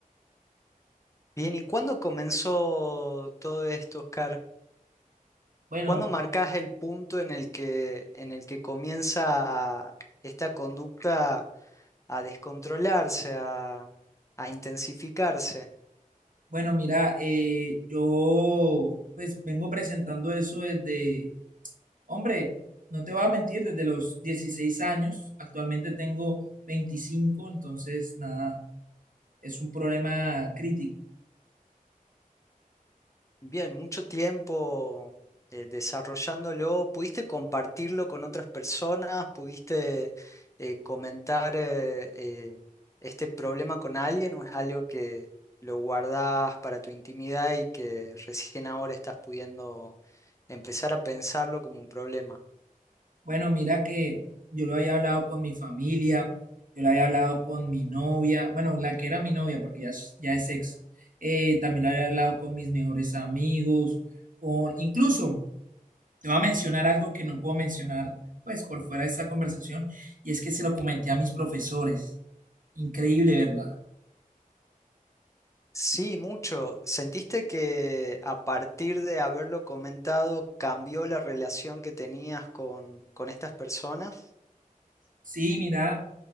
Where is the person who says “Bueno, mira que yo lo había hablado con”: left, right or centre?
Right